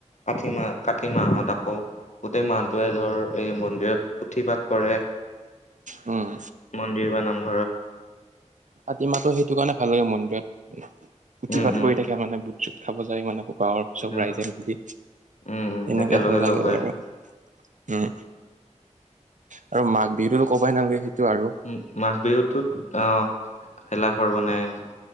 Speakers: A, on the left (about 70°); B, on the right (about 80°).
A: কাতি মাহ, কাতি মাহত আকৌ গোটেই মাহটোৱে ধৰ এই মন্দিৰত পুথি পাঠ কৰে।
B: উম।
A: মন্দিৰ বা নামঘৰ।
B: কাতি মাহটো সেইটো কাৰণে ভাল লাগে, মন্দিৰত পুথি
A: উম
B: পাঠ
A: উম
B: কৰি থাকে। মানে বুট যুট খাব যায় মানুহবোৰ। মাহত চব
A: অ
B: ৰাইজে মিলি,
A: উম উম
B: এনেকে
A: একেলগে
B: ভাল লাগে
A: লগ হৈ
B: বাৰু। উম। আৰু মাঘ বিহুতো কবাই নালাগে সেইটো আৰু
A: উম, মাঘ বিহুটোত অ ভেলাঘৰ বনাই আজি